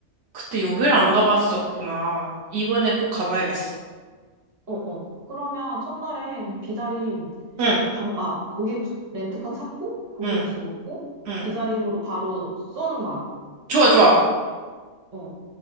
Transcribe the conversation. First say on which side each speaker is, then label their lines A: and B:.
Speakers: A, on the right; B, on the right.
A: 그때 여기를
B: 음,
A: 안 가봤었구나. 이번에 꼭 가봐야겠어.
B: 어, 어. 그러면 첫날에 그냥 비자림,
A: 응,
B: 밤, 아, 고기국수, 렌트카 찾고, 고기국수
A: 응,
B: 먹고,
A: 응.
B: 비자림으로 바로 쏘는 거야.
A: 좋아, 좋아.
B: 어.